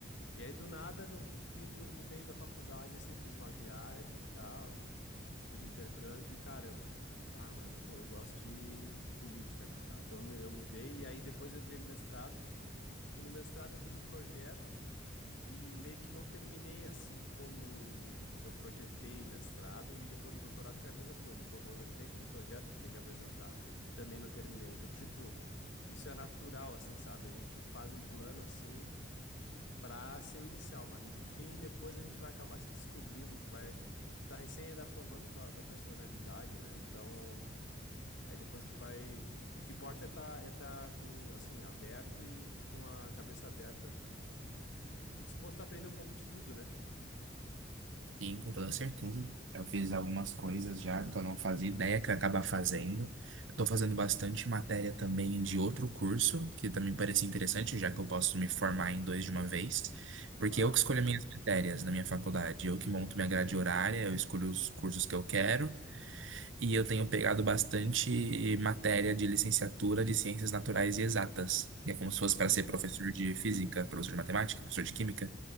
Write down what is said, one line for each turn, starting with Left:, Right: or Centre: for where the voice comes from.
Left: E aí, do nada, no, no fim, no, no meio da faculdade, assim, eu fiz uma viagem e tal. Fiz um intercâmbio e, cara, eu... Ah, mano, eu, tô- eu gosto de política, na real. Então, eu, me- eu mudei e aí depois eu entrei no mestrado. E no mestrado eu fiz um projeto e meio que não terminei assim como eu projetei o mestrado. E depois no doutorado foi a mesma coisa. Eu co- eu entrei com um projeto que tem que apresentar e também não terminei. Então, tipo, isso é natural, assim, sabe? A gente faz um plano assim pra ser o inicial, mas no fim, depois a gente vai acabar se descobrindo. Tu vai. Tu tá recém ainda formando tua, tua personalidade, né? Então. Aí depois tu vai. O que o que importa é tá, é tá com, assim, aberto e e com a cabeça aberta disposto a aprender um pouco de tudo, né?
Right: Sim, com toda certeza. Eu fiz algumas coisas já que eu não fazia ideia que eu ia acabar fazendo. Estou fazendo bastante matéria também de outro curso, que também parecia interessante, já que eu posso me formar em dois de uma vez, porque
Left: Claro.
Right: eu que escolho as minhas matérias na minha faculdade, eu que monto minha grade horária, eu escolho os cursos que eu quero, e eu tenho pegado bastante matéria de licenciatura de ciências naturais e exatas, que é como se fosse
Left: Ah,
Right: para
Left: legal.
Right: ser professor de física, professor de matemática, professor de química,